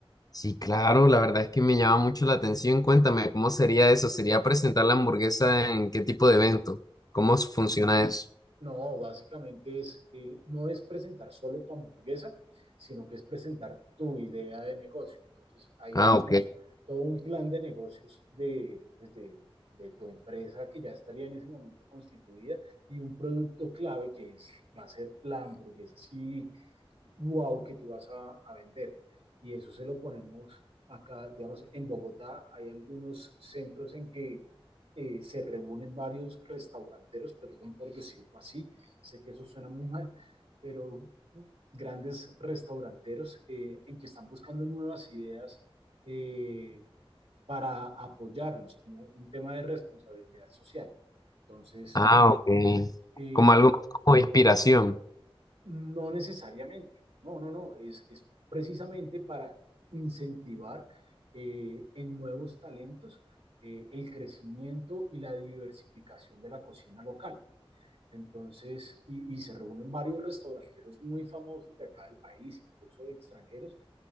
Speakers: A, on the left; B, on the right.
A: Sí, claro, la verdad es que me llama mucho la atención. Cuéntame, ¿cómo sería eso? ¿Sería presentar la hamburguesa en qué tipo de evento? ¿Cómo s- funciona eso?
B: No, básicamente es, eh, no es presentar solo tu hamburguesa, sino que es presentar tu idea de negocio. Entonces, ahí
A: Ah,
B: hacemos
A: ok.
B: todo un plan de negocios de, pues, de, de tu empresa que ya estaría en ese momento constituida y un producto clave que es, va a ser la hamburguesa así, wow, que tú vas a, a vender. Y eso se lo ponemos acá, digamos, en Bogotá hay algunos centros en que eh, se reúnen varios restauranteros, perdón por decirlo así, sé que eso suena muy mal, pero grandes restauranteros eh, en que están buscando nuevas ideas eh, para apoyarlos como un tema de responsabilidad social. Entonces,
A: Ah, ok.
B: eh,
A: Como algo más como inspiración.
B: no necesariamente, no, no, no, es, es precisamente para incentivar eh, en nuevos talentos eh, el crecimiento y la diversificación de la cocina local. Entonces, y, y se reúnen varios restauranteros muy famosos de acá del país, incluso de extranjeros,